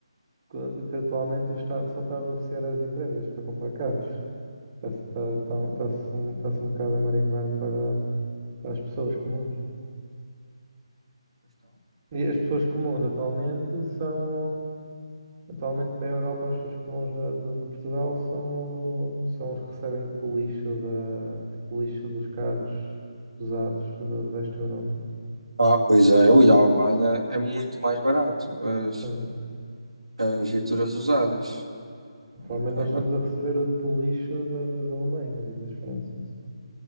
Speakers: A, on the right; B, on the right.
A: que, que atualmente o Estado só está a beneficiar as empresas para comprar carros. Está-se tá, tá, tá-se um, tá-se um bocado a marimbar para, para as pessoas comuns. E as pessoas comuns atualmente são, o- atualmente para a Europa, as pessoas comuns da- de, de Portugal são, o- são os que recebem tipo o lixo, da, tipo o lixo dos carros usados do do resto da Europa.
B: Ah, pois é, ui, a Alemanha é muito mais barato as,
A: Sim.
B: as viaturas usadas.
A: Atualmente
B: Muito
A: nós
B: mais
A: estamos
B: barato.
A: a receber o tipo lixo da- das Alemanhas e das Franças.